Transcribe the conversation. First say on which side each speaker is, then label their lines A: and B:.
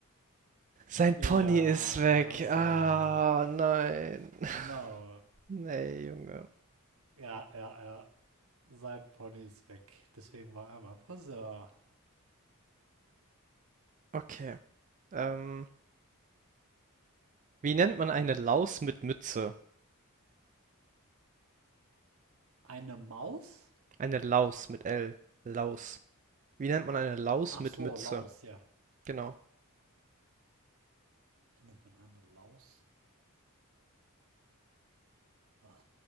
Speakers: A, on the right (about 35°); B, on the right (about 70°).
A: Sein Pony
B: Ja,
A: ist weg.
B: da ist
A: Ah,
B: auch wieder mal der.
A: nein. <laughs>
B: Genau.
A: Nee, Junge.
B: Ja, ja, ja. Sein Pony ist weg. Deswegen war er beim Friseur.
A: Okay. Ähm, wie nennt man eine Laus mit Mütze?
B: Eine Maus?
A: Eine Laus mit L. Laus. Wie nennt man eine Laus
B: Ach
A: mit
B: so,
A: Mütze?
B: Laus, ja.
A: Genau.
B: findet man eine Laus? Ach,